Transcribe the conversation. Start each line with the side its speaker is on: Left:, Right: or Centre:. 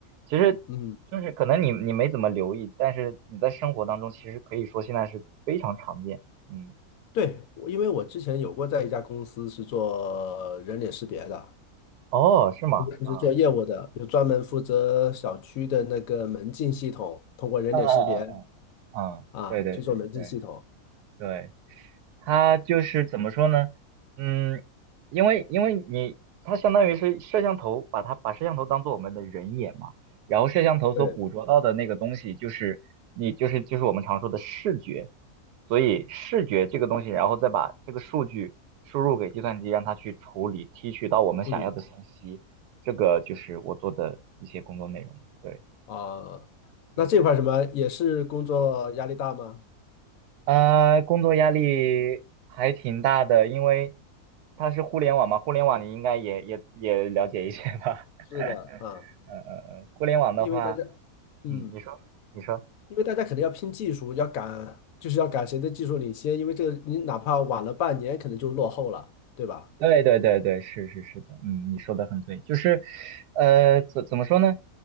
Right: 其实
Left: 嗯，
Right: 就是可能你你没怎么留意，但是你在生活当中其实可以说现在是非常常见。嗯，
Left: 对，我因为我之前有过在一家公司是做人脸识别的。
Right: 哦，是吗？
Left: 就是做业务的，
Right: 啊，
Left: 有专门负责小区的那个门禁系统，通过人脸识别
Right: 嗯嗯嗯嗯嗯，
Left: 啊去做门禁系统。
Right: 对对对对对。它就是怎么说呢？嗯，因为因为你它相当于是摄像头，把它把摄像头当做我们的人眼嘛，然后摄像头所捕捉到的那个东西就是你就是就是我们常说的视觉，
Left: 对，
Right: 所以视觉这个东西，然后再把这个数据输入给计算机，让它去处理提取到我们想要的信息，
Left: 嗯
Right: 这个就是我做的一些工作内容。对
Left: 啊，
Right: 对对。
Left: 那这块儿什么也是工作压力大吗？
Right: 对。呃，工作压力还挺大的，因为它是互联网嘛，互联网你应该也也也了解一些吧？
Left: 是的啊，
Right: <laughs> 嗯嗯嗯，互联网的话，
Left: 因为大家，嗯，
Right: 嗯，你说，你说，
Left: 因为大家肯定要拼技术，要赶，就是要赶谁的技术领先，因为这个你哪怕晚了半年，可能就落后了，对吧？
Right: 对对对对，是是是的，嗯，你说的很对，就是，呃，怎怎么说呢？